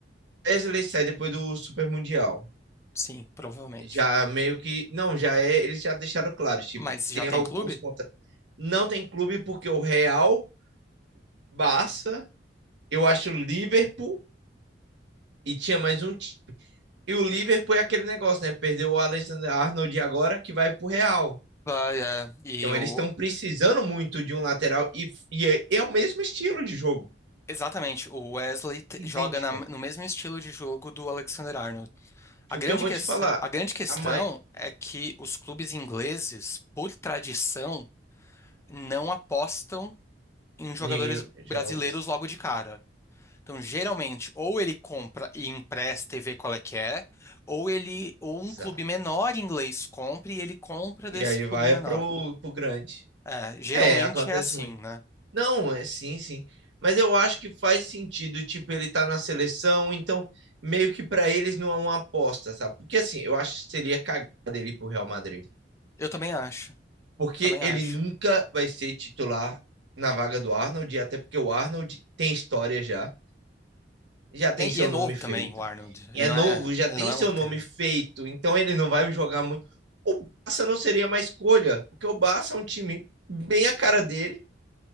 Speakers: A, on the right (about 75°); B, on the left (about 15°).
A: Wesley sai depois do Super Mundial.
B: Sim, provavelmente.
A: Já meio que. Não, já é. Eles já deixaram claro, tipo,
B: Mas já
A: tem
B: tem
A: alguns
B: clube?
A: contra. Não tem clube porque o Real, Barça, eu acho o Liverpool e tinha mais um. ti- E o Liverpool é aquele negócio, né? Perdeu o Alexander Arnold agora que vai pro Real.
B: Bah, é, e
A: Então
B: o
A: eles estão precisando muito de um lateral e, e é, é o mesmo estilo de jogo,
B: exatamente, o Wesley te-
A: idêntico.
B: joga na- no mesmo estilo de jogo do Alexander Arnold. A
A: Porque
B: grande
A: eu vou
B: questão,
A: te falar,
B: a grande questão
A: a mai...
B: é que os clubes ingleses, por tradição, não apostam em jogadores
A: ni- jovens,
B: brasileiros logo de cara. Então, geralmente, ou ele compra e empresta e vê qual é que é, ou ele, ou um
A: exato.
B: clube menor inglês compra e ele compra
A: E
B: desse
A: aí
B: clube
A: vai
B: menor.
A: pro, pro grande.
B: É, geralmente
A: É, acontece
B: é assim,
A: muito.
B: né?
A: Não, é sim, sim. Mas eu acho que faz sentido, tipo, ele tá na seleção, então meio que pra eles não é uma aposta, sabe? Porque assim, eu acho que seria cagada ele ir pro Real Madrid.
B: Eu também acho.
A: Porque
B: Eu também
A: ele
B: acho.
A: nunca vai ser titular na vaga do Arnold, e até porque o Arnold tem história já. já tem
B: E
A: seu
B: e é novo
A: nome feito.
B: também, o Arnold.
A: E
B: Ele
A: é
B: não
A: novo,
B: é,
A: já
B: ele
A: tem
B: não é
A: seu
B: um veterano.
A: nome feito. Então ele não vai jogar muito. O Barça não seria uma escolha, porque o Barça é um time bem a cara dele,